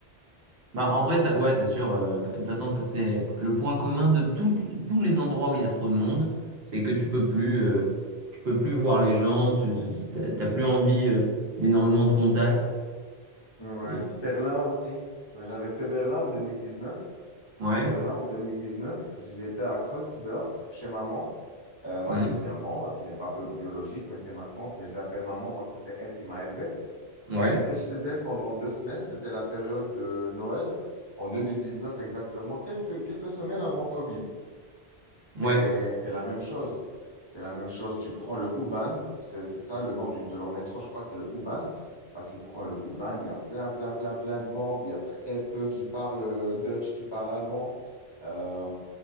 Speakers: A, on the right; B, on the left.
A: Bah en vrai, ça, ouais, c'est sûr. euh, de toute façon, ça c'est le point commun de tout- tous les endroits où il y a trop de monde, c'est que tu peux plus, euh, tu peux plus voir les gens, tu tu- tu- t'as t'as plus envie euh, d'énormément de contacts.
B: Ouais.
A: Et...
B: Berlin aussi. Bah, j'avais fait Berlin en 2019.
A: Ouais.
B: Berlin en 2019, j'étais à Kreuzberg chez maman, Euh, ma
A: Mm.
B: deuxième maman, qui n'est pas bio- biologique, mais c'est ma tante, mais je l'appelle maman parce que c'est elle qui m'a élevé.
A: Ouais.
B: Bah, j'étais chez elle pendant deux semaines, c'était la période de Noël, en 2019 exactement, quelques, quelques semaines avant Covid.
A: Ouais.
B: Et c'est la même chose. C'est la même chose. Tu prends le Uban, c'est c'est ça le nom du- de leur métro, je crois que c'est le Uban. Bah, tu prends le Uban, il y a plein, plein, plein, plein de monde. Il y a très peu qui parlent euh, Dutch, qui parlent allemand. Euh,